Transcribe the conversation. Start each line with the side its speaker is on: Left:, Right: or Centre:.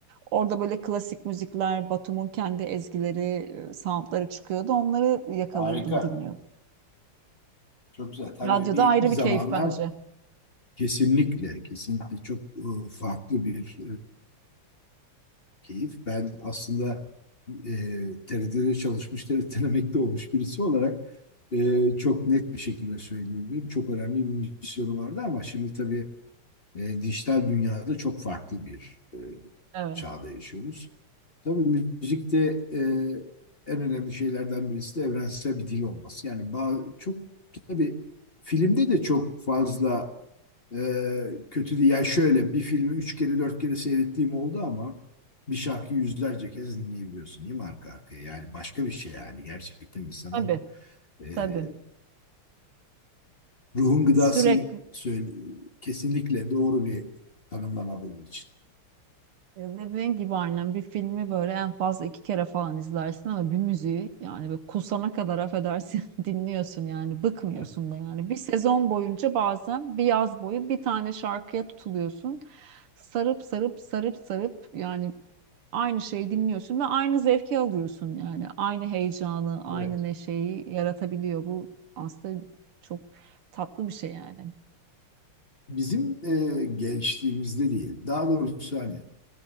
Right: Orada böyle klasik müzikler, Batum'un kendi ezgileri, e, soundları çıkıyordu. Onları yakalıyordum,
Left: Harika.
Right: dinliyordum.
Left: Çok güzel. Tabii
Right: Radyoda
Left: bir,
Right: ayrı
Left: bir zamanlar
Right: bir keyif bence.
Left: kesinlikle, kesinlikle çok e, farklı bir keyif. Ben aslında e, TRT'de çalışmış, TRT'den emekli olmuş birisi olarak e, çok net bir şekilde söyleyebilirim. Çok önemli bir misyonu vardı ama şimdi tabii e, dijital dünyada çok farklı bir e,
Right: Evet.
Left: çağda yaşıyoruz. Tabii müzikte e, en önemli şeylerden birisi de evrensel bir dil olması. Yani ba- çok tabii filmde de çok fazla ee, kötü değil. Yani şöyle bir filmi üç kere dört kere seyrettiğim oldu ama bir şarkıyı yüzlerce kez dinleyebiliyorsun değil mi arka arkaya? Yani başka bir şey yani. Gerçekten insanın
Right: Tabii,
Left: e,
Right: tabii.
Left: ruhun gıdası
Right: Sürekli
Left: söyle, kesinlikle doğru bir tanımlama bunun için.
Right: Dediğin gibi annem bir filmi böyle en fazla iki kere falan izlersin ama bir müziği yani böyle kusana kadar affedersin <laughs> dinliyorsun yani bıkmıyorsun
Left: Evet.
Right: da yani. Bir sezon boyunca bazen bir yaz boyu bir tane şarkıya tutuluyorsun. Sarıp sarıp sarıp sarıp yani aynı şeyi dinliyorsun ve aynı zevki alıyorsun yani. Aynı heyecanı, aynı
Left: Evet.
Right: neşeyi yaratabiliyor. Bu aslında çok tatlı bir şey yani.
Left: Bizim e, gençliğimizde değil. Daha doğrusu hani